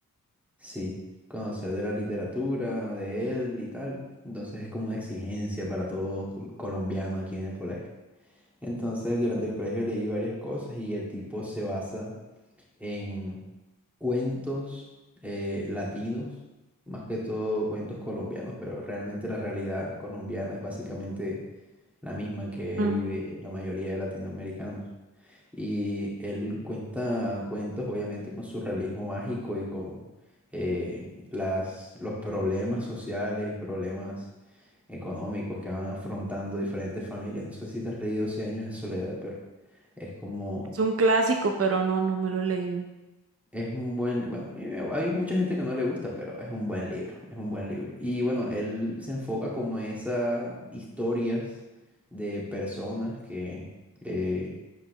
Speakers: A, in the centre; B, on the right (about 40°).
A: Sí, conocer de la literatura, de él y tal. Entonces es como una exigencia para todo col- colombiano aquí en el colegio. Entonces durante el colegio leí varias cosas y el tipo se basa en cuentos eh, latinos, más que todo cuentos colombianos, pero realmente la realidad colombiana es básicamente la misma que
B: Ujú.
A: vive la mayoría de latinoamericanos. Y él cuenta cuentos, obviamente, con su realismo mágico y con eh, las, los problemas sociales y problemas económicos que van afrontando diferentes familias. No sé si te has leído Cien años de soledad, pero es como,
B: Es un clásico, pero no, no me lo he leído.
A: es un buen, bueno, a mí me- hay mucha gente que no le gusta, pero es un buen libro, es un buen libro. Y bueno, él se enfoca como a esas historias de personas que... eh,